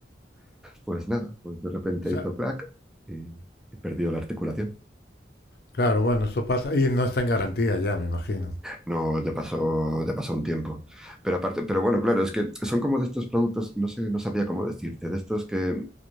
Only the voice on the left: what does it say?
O sea,
claro, bueno, eso pasa. Y no está en garantía ya, me imagino.